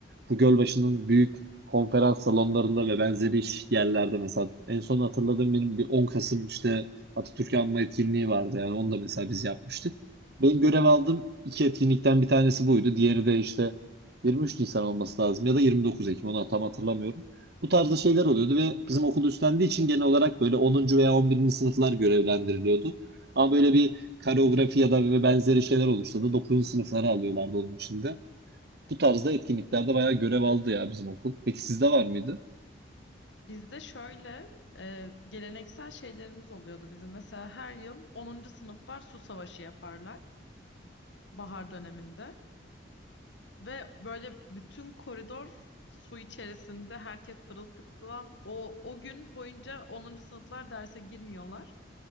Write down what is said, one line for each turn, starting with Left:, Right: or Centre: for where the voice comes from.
Right: bu Gölbaşı'nın büyük konferans salonlarında ve benzeri iş yerlerde mesela en son hatırladığım benim bir 10 Kasım işte Atatürk Anma etkinliği vardı yani onu da mesela biz yapmıştık. Ben görev aldığım iki etkinlikten bir tanesi buydu. Diğeri de işte 23 Nisan olması lazım ya da 29 Ekim onu tam hatırlamıyorum. Bu tarzda şeyler oluyordu ve bizim okul üstlendiği için genel olarak böyle 10. veya 11. sınıflar görevlendiriliyordu. Ama böyle bir koreografi ya da ve benzeri şeyler olursa da 9. sınıfları alıyorlardı onun içinde. Bu tarzda etkinliklerde bayağı görev aldı ya bizim okul. Peki sizde var mıydı?
Left: Bizde şöyle e, geleneksel şeylerimiz oluyordu bizim. Mesela her yıl onuncu sınıflar su savaşı yaparlar bahar döneminde. Ve böyle bütün koridor su içerisinde herkes sırılsıklam. O, o gün boyunca onuncu sınıflar derse girmiyorlar.